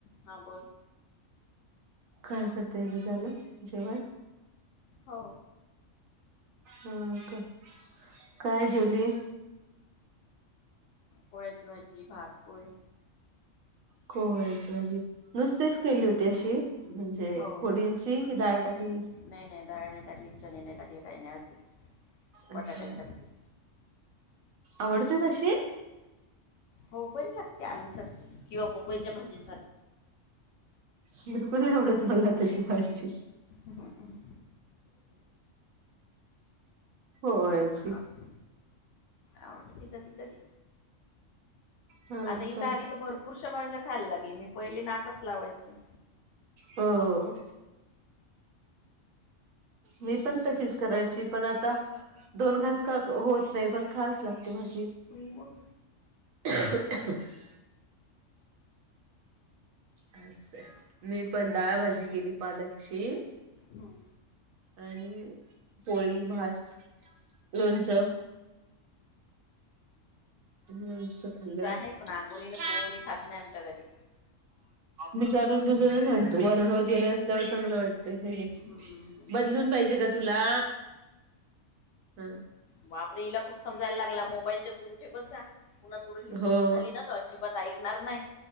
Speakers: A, on the left; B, on the right.
A: हा बोल.
B: काय करताय ग झालं जेवण?
A: हो
B: हो का काय जेवली?
A: कोहळ्याची भाजी, भात, पोहे,
B: कोहळ्याची भाजी नुसतीच केली होती अशी. म्हणजे
A: हो.
B: फोडींची कि डाळ टाकलीत.
A: नाही नाही दाळ नाही टाकली चणे नाही नाही टाकली काही नाही आशीस बटाट्या
B: अच्छा
A: सारखी.
B: आवडते तशी?
A: हो बरी लागते आलूसारखी किंवा पपईच्या भाजी
B: बिलकुल नाही आवडत मला तशी भाजी.
A: हम्म हम्म
B: होयच.
A: आवड आवडते कधी कधी,
B: हा
A: आता इथं
B: का
A: आली तर भरपूर पुरुषाभाज्या खायला लागली मी पहिले नाकच लावायची.
B: हो मी पण तशीच करायची पण आता. दोन घासका होत नाही पण खायाच लागते भाजी.
A: होन मग.
B: <inaudible> असं मी पण डाळ भाजी किली पालकची.
A: हम्म.
B: आणि पोळी भात लोणचं. लोणचं खाल्लं
A: आहे पण अंगोणीन
B: <inaudible>
A: कोणी खात नाही आमच्या घरी.
B: मी त्यागून दुजूला सांगतो वरण वगैरे असल्यावर चांगलं वाटत हेेघे.
A: हम्म
B: बदलून पाहिजे का तुला ह, <inaudible>
A: बापरे हिला खूप समजायला लागला. मोबाईलचा, <unintelligible> जा पुन्हा थोडीशी मोठी
B: हो
A: झाली ना तर अजिबात ऐकणार नाही